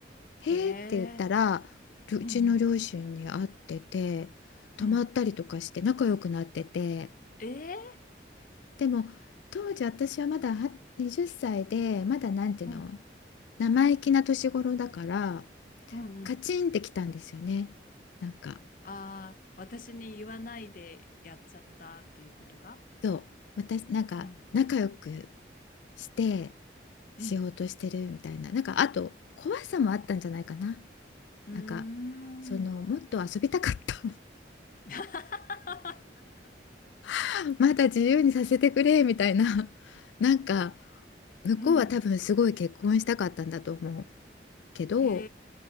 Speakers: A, on the left (about 45°); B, on the left (about 80°).
A: へえ。
B: 「へえ」って言ったらりょうちの両親に会ってて泊まったりとかして仲良くなってて
A: うんうん。うん。ええ
B: でも当時私はまだは20歳でまだなんていうの
A: うん
B: 生意気な年頃だから
A: うんうん。
B: カチンってきたんですよね。なんか、
A: ああ、私に言わないでやっちゃったっていうことが。
B: そう、私、なんか仲良く
A: うん。
B: してしようとしてるみたいな、
A: うん。
B: なんかあと怖さもあったんじゃないかな。
A: うーん。
B: なんか、その、もっと遊びたかった
A: <laughs>
B: <laughs>。まだ自由にさせてくれみたいな、なんか、向こうは多分すごい結婚したかったんだと思う
A: うん。
B: けど
A: へ